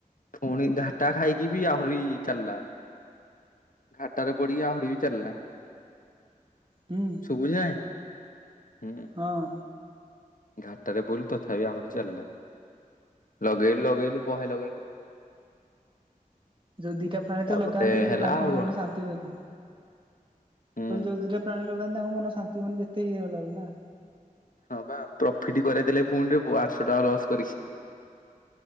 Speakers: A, on the left (about 65°); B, on the right (about 35°).
A: ଫୁଣି ଘାଟା ଖାଇକି ବି ଆହୁରି ଚାଲା। ଘାଟାରେ ପଡିକି ଆହୁରି ବି ଚାଲା।
B: ହୁଁ।
A: ଶୁଭୁଛି ନା ନାଇଁ ହୁଁ।
B: ହଁ।
A: ଘାଟରେ ପଇଲୁ ତଥାପି ଆହୁରି ଚାଲା ଲଗେଇଲୁ ଲଗେଇଲୁ ବହେ ଲଗେଇଲୁ
B: ଯୋଉ ଦିଟା ପ୍ରାଣୀ
A: ତାପରେ
B: ତ ଲଗାନ୍ତି
A: ହେଲା
B: ତାଙ୍କ
A: ଆଉ
B: ମନ
A: କଣ
B: ଶାନ୍ତି ହୁଏନି।
A: ହୁଁ
B: କଇଲି ଯଉ ଦିଟା ପ୍ରାଣୀ ଲଗାନ୍ତି ତାଙ୍କ ମନ ଶାନ୍ତି ହୁଏନି ଯେତେ ଇଏ ହେଲା ବୋଲି ନା?
A: ହଁ ପା ପ୍ରଫିଟ କରାଇଦେଲେ ପୁଣି ରେ ପୁଅ ଆଠଶ ଟଙ୍କା ଲସ୍ କରିକି।